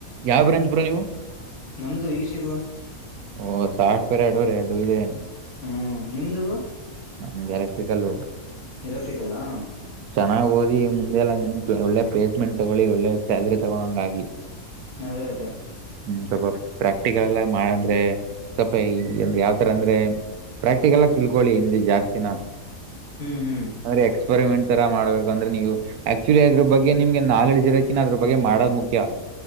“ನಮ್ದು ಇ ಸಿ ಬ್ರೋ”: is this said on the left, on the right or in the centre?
Left